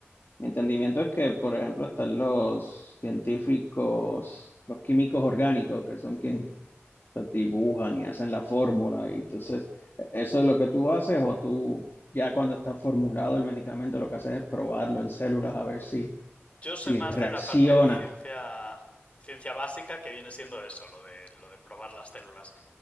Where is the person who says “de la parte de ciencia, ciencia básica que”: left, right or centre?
Left